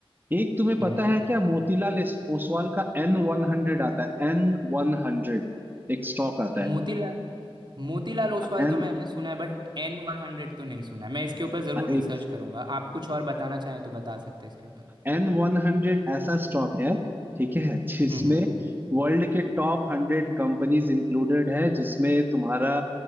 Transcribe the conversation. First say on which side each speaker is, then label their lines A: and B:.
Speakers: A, on the right; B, on the right.
A: एक तुम्हें
B: हम्म
A: पता
B: हम्म।
A: है क्या मोतीलाल इस- ओसवाल का एन वन हंड्रेड आता है एन वन हंड्रेड एक स्टॉक आता है
B: मोतीलाल मोतीलाल ओसवाल
A: एन
B: तो मैंने सुना है बट एन वन हंड्रेड तो नहीं सुना है मैं इसके ऊपर ज़रूर रिसर्च
A: एक
B: करूंगा आप कुछ और बताना चाहें तो बता सकते हैं इसके ऊपर
A: एन वन हंड्रेड ऐसा स्टॉक है ठीक है जिसमें
B: हम्म
A: वर्ल्ड के टॉप हंड्रेड कंपनीज इंक्लूडेड है जिसमें तुम्हारा